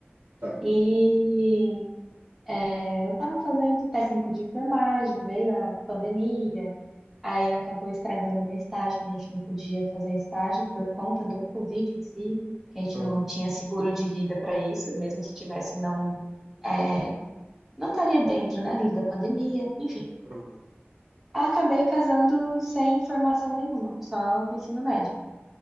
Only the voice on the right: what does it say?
tá.
Aham,
aham,